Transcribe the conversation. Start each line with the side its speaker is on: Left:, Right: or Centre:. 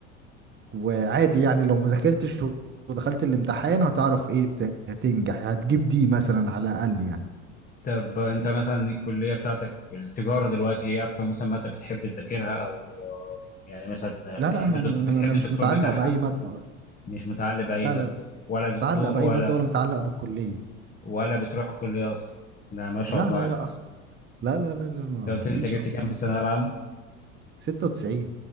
Right: وعادي يعني لو ما ذاكرتش ودخلت الامتحان هتعرف ايه ت- تنجح هتجيب دي مثلا على الاقل يعني
Left: طب انت مثلا الكلية بتاعتك التجارة دلوقتي ايه اكتر مثلا مادة بتحب تذاكرها او آه، يعني مثلا
Right: لا
Left: بتحب
Right: لا انا
Left: الدك...
Right: انا
Left: بتحب
Right: أنا مش
Left: الدكتور
Right: متعلق
Left: بتاعها
Right: باي ماده اصلا
Left: مش متعلق بأي
Right: لا
Left: مادة
Right: لا لا
Left: ولا دكتور
Right: متعلق باي
Left: ولا
Right: ماده ولا متعلق بالكليه
Left: ولا بتروح الكلية اصلا لا ما شاء
Right: لا
Left: الله
Right: لا
Left: عليك
Right: لا اصلا لا لا لا لا ما
Left: انت قلت
Right: ما فيش
Left: لي انت جبت
Right: أصلا
Left: كام في الثانوية العامة
Right: 96